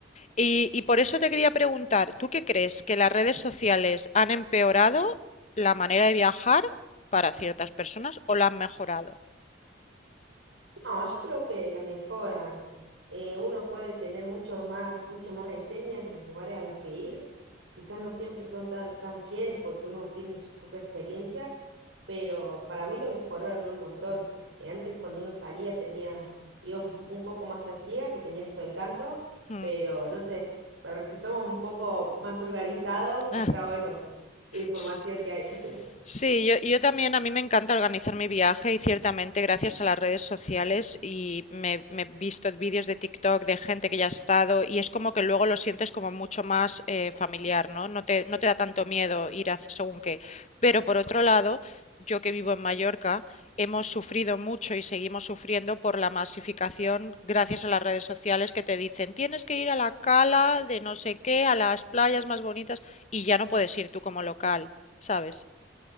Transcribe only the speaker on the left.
Y, y por eso te quería preguntar, ¿tú qué crees que las redes sociales han empeorado la manera de viajar para ciertas personas o la han mejorado?
Mm.
Ah,
S-
Sí, yo, yo también, a mí me encanta organizar mi viaje y ciertamente gracias a las redes sociales y me me he visto vídeos de TikTok de gente que ya ha estado y es como que luego lo sientes como mucho más eh, familiar, ¿no? No te, no te da tanto miedo ir a según qué. Pero por otro lado, yo que vivo en Mallorca, hemos sufrido mucho y seguimos sufriendo por la masificación gracias a las redes sociales que te dicen tienes que ir a la cala de no sé qué, a las playas más bonitas y ya no puedes ir tú como local, ¿sabes?